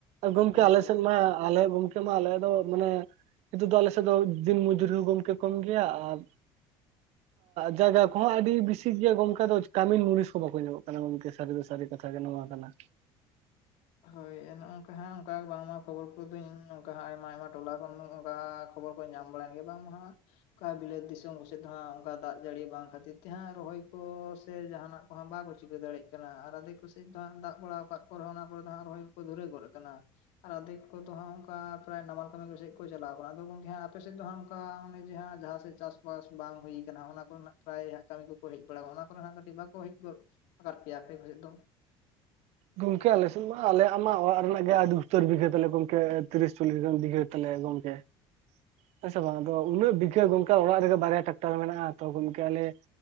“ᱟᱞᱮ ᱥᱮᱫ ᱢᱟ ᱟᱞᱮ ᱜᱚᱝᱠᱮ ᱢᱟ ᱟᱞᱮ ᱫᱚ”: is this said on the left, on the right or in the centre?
Right